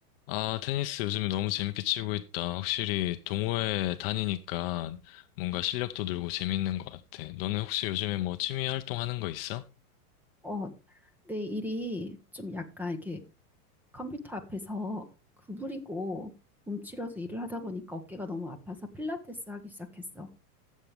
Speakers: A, on the left (about 40°); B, in the centre.
A: 아, 테니스 요즘에 너무 재밌게 치고 있다. 확실히 동호회 다니니까 뭔가 실력도 늘고 재밌는 것 같아. 너는 혹시 요즘에 뭐 취미 활동 하는 거 있어?
B: 어, 내 일이 좀 약간 이렇게 컴퓨터 앞에서 구부리고 움츠려서 일을 하다 보니까 어깨가 너무 아파서 필라테스 하기 시작했어.